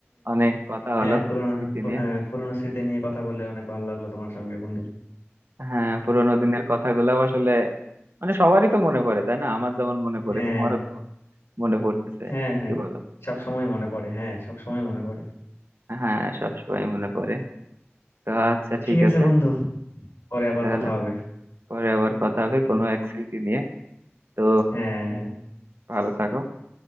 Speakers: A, on the right; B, on the left.
A: অনেক কথা
B: হ্যাঁ
A: হলো
B: পুরোনো
A: স্মৃতি নিয়ে
B: হ্যাঁ পুরোনো স্মৃতি নিয়ে কথা বললে অনেক ভালো লাগলো তোমার সঙ্গে বন্ধু
A: হ্যাঁ পুরোনো দিনের কথাগুলো আসলে মানে সবারই তো মনে পড়ে তাই না আমার যেমন মনে পড়ে
B: হ্যাঁ
A: তোমারও তো মনে পড়তেছে
B: হ্যাঁ হ্যাঁ
A: কি বলো
B: সব সময় মনে পড়ে হ্যাঁ সব সময় মনে পড়ে
A: হ্যাঁ সবসময় মনে পড়ে তো আচ্ছা
B: ঠিক
A: ঠিক
B: আছে
A: আছে
B: বন্ধু পরে আবার
A: তাহলে
B: কথা হবে
A: পরে আবার কথা হবে
B: হুম
A: কোনো এক স্মৃতি নিয়ে তো
B: হ্যাঁ হ্যাঁ
A: ভালো থাকো